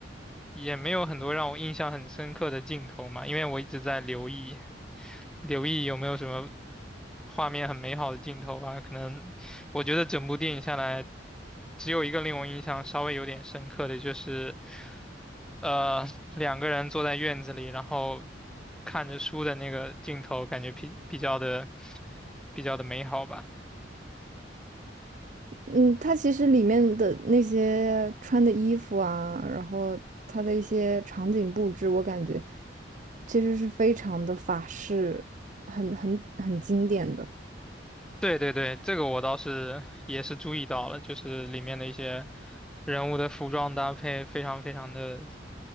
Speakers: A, in the centre; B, on the right.
A: 也没有很多让我印象很深刻的镜头嘛，因为我一直在留意留意有没有什么画面很美好的镜头啊，可能我觉得整部电影下来，只有一个令我印象稍微有点深刻的就是。呃，两个人坐在院子里，然后看着书的那个镜头，感觉比比较的比较的美好吧。
B: 嗯，它其实里面的那些穿的衣服啊，然后它的一些场景布置，我感觉其实是非常的法式，很很很经典的。
A: 对对对，这个我倒是也是注意到了，就是里面的一些人物的服装搭配非常非常的